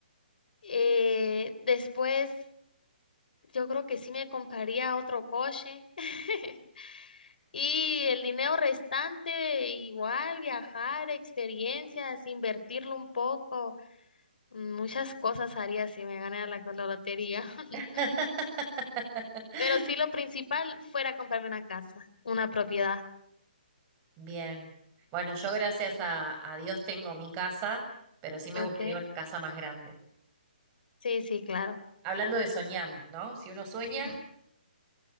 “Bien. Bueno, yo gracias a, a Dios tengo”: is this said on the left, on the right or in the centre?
Right